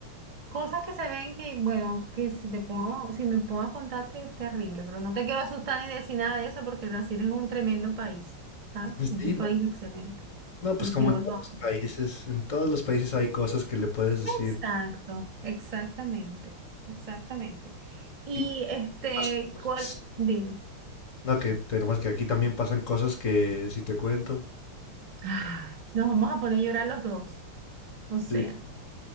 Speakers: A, on the right; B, on the left.
A: Cosas que se ven que, bueno, que si te pongo, si me pongo a contarte es terrible, pero no te quiero asustar ni decir nada de eso porque Brasil es un tremendo país, ¿sabes?
B: <laughs>
A: Es
B: Sí,
A: un
B: no,
A: país excelente.
B: no, pues
A: Y
B: como
A: yo
B: en
A: lo
B: todos los
A: amo.
B: países, en todos los países hay cosas que le puedes decir.
A: Exacto, exactamente, exactamente. Y
B: Y
A: este,
B: pasan cosas.
A: ¿cuál? Dime.
B: No, que tenemos que aquí también pasan cosas que si te cuento.
A: Ay, nos vamos a poner a llorar los dos. O sea,
B: Sí.